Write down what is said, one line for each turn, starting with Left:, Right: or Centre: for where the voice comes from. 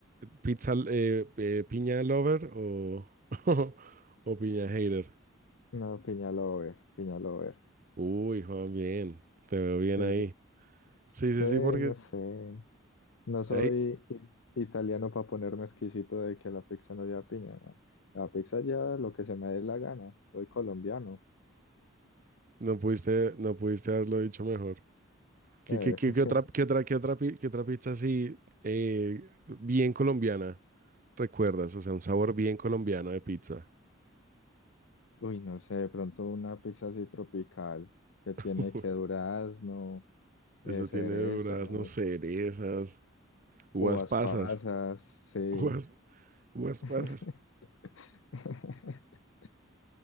Right: pizza eh, eh, piña lover o, <laughs> o piña hater.
Left: No, piña lover, piña lover.
Right: Uy, Juan, bien, te veo bien
Left: Sí.
Right: ahí. Sí,
Left: Sí,
Right: sí, sí, porque
Left: no sé. No soy
Right: ahí
Left: i- italiano para ponerme exquisito de que la pizza no lleva piña. ¿no? La pizza lleva lo que se me dé la gana. Soy colombiano.
Right: no pudiste, no pudiste haberlo dicho mejor. ¿Qué,
Left: Pues,
Right: qué- qué-
Left: <laughs>
Right: qué otra, qué otra, qué otra, pi- qué otra pizza así eh, bien colombiana recuerdas? O sea, un sabor bien colombiano de pizza.
Left: uy, no sé, de pronto una pizza así tropical que tiene
Right: <laughs> Uy,
Left: que durazno,
Right: Eso
Left: eh, cerezas,
Right: tiene duraznos, cerezas, uvas
Left: uvas
Right: pasas.
Left: pasas, sí.
Right: <laughs> Uvas, uvas
Left: <laughs>
Right: pasas.